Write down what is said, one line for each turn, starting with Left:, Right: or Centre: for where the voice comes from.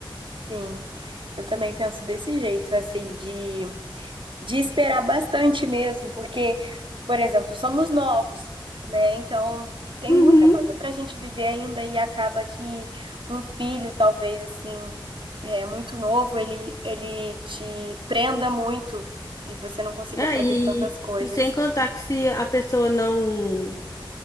Right: sim. Eu também penso desse jeito, assim, de de esperar bastante mesmo, porque, por exemplo, somos novos, né? Então, tem
Left: Uhum.
Right: muita coisa para a gente viver ainda e acaba que um filho, talvez assim, é muito novo, ele ele te prenda muito e você não consiga
Left: É,
Right: fazer
Left: e,
Right: tantas coisas.
Left: e sem contar que se a pessoa não